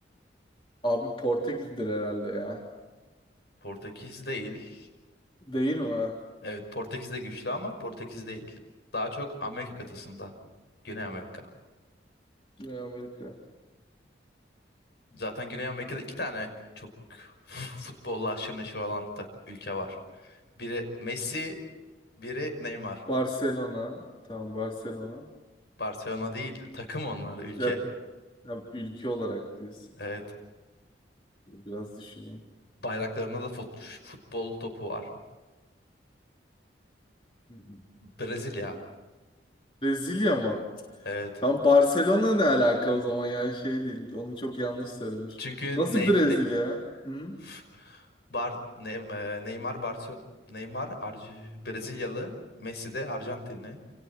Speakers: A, on the left (about 30°); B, on the left (about 65°).
A: Abi Portekiz'dir herhalde ya.
B: Portekiz değil.
A: Değil mi?
B: Evet Portekiz de güçlü ama Portekiz değil. Daha çok Amerika kıtasında. Güney Amerika.
A: Güney Amerika.
B: Zaten Güney Amerika'da iki tane çok <laughs> f- futbolla aşırı neşir olan tak ülke var. Biri Messi, biri Neymar.
A: Barcelona. Tamam Barcelona.
B: Barcelona değil, takım onlar, ülke.
A: Ya, ya ülke olarak diyorsun.
B: Evet.
A: Biraz düşüneyim.
B: Bayraklarında da fut- futbol topu var.
A: Hı hı.
B: Brezilya.
A: Brezilya mı?
B: Evet.
A: Tam Barcelona ne alaka o zaman ya şey değil. Onu çok yanlış söylemiş.
B: Çünkü
A: Nasıl
B: Ney
A: Brezilya?
B: Ne-
A: Hı?
B: <laughs> Bar Ne- e, Neymar Barcelona Neymar Arj- Brezilyalı, Messi de Arjantinli.